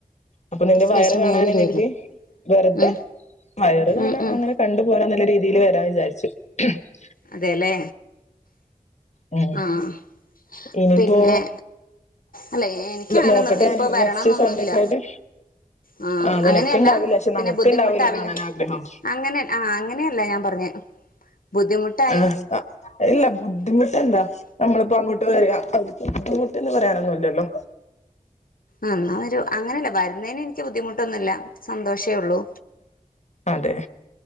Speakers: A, on the left (about 50°); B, on the left (about 80°).
A: അപ്പൊ നിന്റെ വയറ്
B: കഴിച്ചിട്ട്
A: കാണാനരുതി
B: മേല് കഴുക്
A: വെറുതെ
B: ഉം
A: വയറ് കാണാൻ
B: ഉം ഉം
A: അങ്ങനെ കണ്ടുപോകൻ നല്ല രീതിയിൽ വരാന്ന് വിചാരിച്ചു ശ <unintelligible>
B: അതെല്ലേ
A: ഉ
B: ആഹ്
A: ഇനിപ്പോ
B: പിന്നെ അല്ല എനിക്ക് അങ്ങനെ
A: നോക്കട്ടെ
B: ഇപ്പൊ വരണംന്നൊന്നുമില്ല
A: നെക്സ്റ്റ് സൺഡേ ഒക്കെ ആയിട്ട്
B: ആ
A: ആ് നിനക്ക
B: അങ്ങനെയല്ല
A: ഇണ്ടാവില്ല പക്ഷെ
B: പിന്നെ
A: നമുക്ക
B: ബുദ്ധിമുട്ടാവില്ല
A: ഇണ്ടാവില്ലോ കാണാൻ ആഗ്രഹം
B: അങ്ങനെ ആ അങ്ങനെയല്ല ഞാൻ പറഞ്ഞേ ബുദ്ധിമുട്ടായി
A: ആഹ ഇല്ല ബുദ്ധിമുട്ടെന്താ നമ്മളിപ്പോ അങ്ങോട്ട് അ ബുദ്ധിമുട്ടെന്ന് പറയാന ല്ലല്ലോ
B: ആ ഒരു അങ്ങനെയല്ല വരുന്നതിന് എനിക്ക് ബുദ്ധിമുട്ടൊന്നുമില്ല സന്തോഷം കേ ഉള്ളൂ
A: അതെ